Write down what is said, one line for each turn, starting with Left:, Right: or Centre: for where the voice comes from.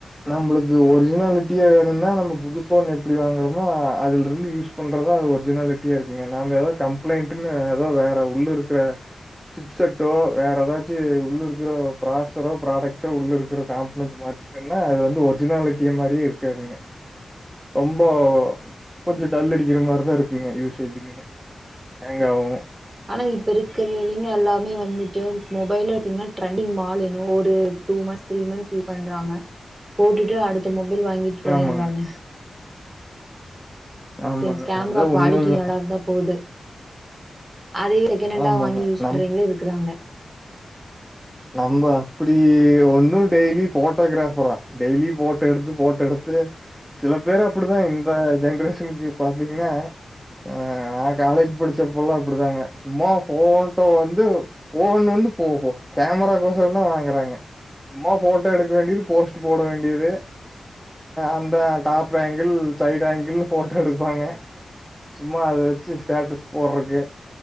Centre: நம்மளுக்கு ஒரிஜினாலிட்டியா வேணும்னா நம்ம புதுபோன் எப்டி வாங்குறோமோ அதுல இருந்து யூஸ் பண்றதா அது ஒரிஜினாலிட்டியா இருக்குங்க நாம ஏதாவோ கம்ப்ளைண்ட்ன்னு ஏதோ வேற உள்ள இருக்கற சிப் செட்டோ வேற ஏதாச்சும் உள்ள இருக்கிற ப்ராசரோ ப்ராடக்டோ உள்ள இருக்கிற காம்பனன்ட் மாச்சி ன்னா அது வந்து ஒரிஜினாலிட்டி மாரியே இருக்காதுங்க ரொம்போ கொஞ்சம் டல் அடிக்கிற மாதிரிதான் இருக்குங்க யூசேஜக்கு ஹேங்க் ஆவும்
Right: ஆனா இப்ப இருக்கிறவங்க எல்லாமே வந்துட்டு மொபைல் இருத்தீங்கன்னா <unintelligible> மால் எனவோ ஒரு two months three months use பண்றாங்க போட்டுட்டு அடுத்து மொபைல் வாங்கிட்டு போய்றாங்க
Centre: ஆமாங்க, ஆமாங்க.
Right: இங்க கேமரா
Centre: அதுதான்
Right: குவாலிட்டி
Centre: உண்மைங்க.
Right: நல்லா இருந்தா போகுது அதே செக்கணண்டா
Centre: ஆமாங்க.
Right: வாங்கி யூஸ்
Centre: நம்
Right: பண்றீங்களே இருக்குறாங்க
Centre: நம்ம அப்படி ஒன்னு டெய்லி போட்டோகிராஃபரா டெய்லி போட்டோ எடுத்து போட்டோ எடுத் து சில பேரு அப்டிதா இந்த ஜென்ரேஷனுக்கு பாத்தீங்கன்னா ஆ நா காலேஜ் படிச்சப்பல்லா அப்படிதாங்க சும்மா ஃபோட்டோ வந்து போன் வந்து போ போ கேமராக்கோசரம் தா வாங்குறாங்க சும்மா ஃபோட்டோ எடுக்க வேண்டியது போஸ் போட வேண்டியது அந்த top angle side angle photo எடுப்பாங்க சும்மா அத வச்சு ஸ்டேட்டஸ் போடுறக்கு